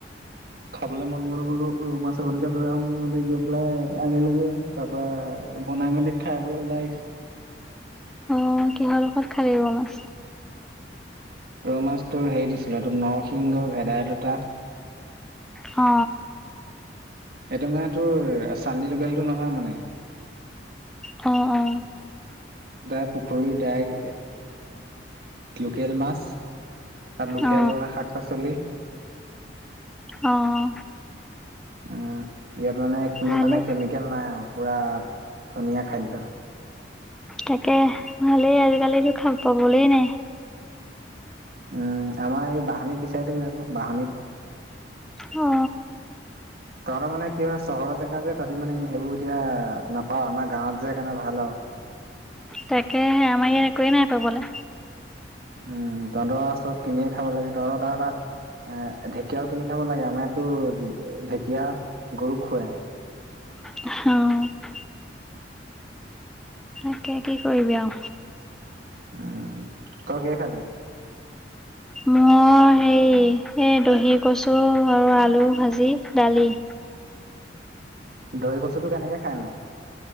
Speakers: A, on the right (about 55°); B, in the centre.
A: খাবলৈ মন গ'ল বোলো ৰৌ মাছ অকণকে লৈ আহোগৈ বুলি গৈ পেলাই আনিলোগে তাপা বনাই মেলি খাই বৈ ওলাই আহিছো
B: অ কিহৰ লগত খালে ৰৌ মাছ
A: ৰৌ মাছটোৰ হেৰি দিছিলোঁটো নৰসিংহ ভেদাইলতা
B: অ
A: এইটো মানে তোৰ চান্লী লোকেল টো নহয় মানে
B: অ অ
A: দাই পুখুৰী দাই লোকেল মাছ তাৰ লোকেল
B: অ
A: শাক পাচলি
B: অঁ
A: উম ইয়াত মানে কোনো
B: ভালেই
A: মানে কেমিকেল নাই আৰু পুৰা ধুনীয়া খাদ্য
B: তাকে ভালেই আজিকালিটো খাব পাবলে নাই
A: উম আমাৰ এই বাহনিত বিচাৰিলে আকৌ বাহনীত
B: অ
A: তহঁত মানে কি হয় চহৰৰ জেগা যে তহঁতি মানে সেইবোৰ এতিয়া নাপাওঁ আমাৰ গাঁৱত যে সেকাণে ভাল আৱ
B: তাকেহে আমাৰ ইয়াত একোৱেই নাই পাবলে
A: উম তহতঁৰ চপ কিনিয়ে খাব লাগে তহতঁৰ তা তাত এ ঢেকীয়াও কিনি খাব লাগে আমাৰতো ঢেকীয়া গৰুক খুৱাই
B: অ তাকে কি কৰিবি আও
A: অ, ক কিহে খালি?
B: মই হেৰি এই দহি কচু আৰু আলু ভাজি, দালি
A: দহি কচুটো কেনেকে খাই নো?